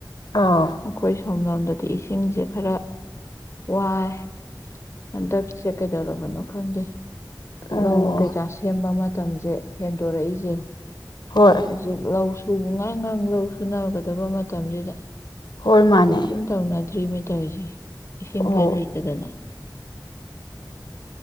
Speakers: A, on the left; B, on the left.
A: ꯑꯥ
B: ꯑꯩꯈꯣꯏ ꯁꯣꯝꯂꯣꯝꯗꯗꯤ ꯏꯁꯤꯡꯁꯦ ꯈꯔ ꯋꯥꯏ ꯍꯟꯗꯛꯁꯦ ꯀꯩꯗꯧꯔꯕꯅꯣ ꯈꯪꯗꯦ
A: ꯑꯣ
B: ꯂꯧ ꯀꯩꯀꯥ ꯁꯦꯝꯕ ꯃꯇꯝꯖꯦ ꯍꯦꯟꯗꯣꯔꯛꯏꯖꯦ
A: ꯍꯣꯏ
B: ꯍꯧꯖꯤꯛ ꯂꯧ ꯁꯨꯕ ꯉꯔꯪ ꯉꯔꯪ ꯂꯧ ꯁꯨꯅꯒꯗꯕ ꯃꯇꯝꯖꯤꯗ
A: ꯍꯣꯏ ꯃꯥꯅꯦ
B: ꯇꯧꯅꯗ꯭ꯔꯤꯃꯦ ꯇꯧꯔꯤꯁꯦ ꯏꯁꯤꯡꯖꯦ
A: ꯑꯣ
B: ꯂꯩꯇꯗꯅ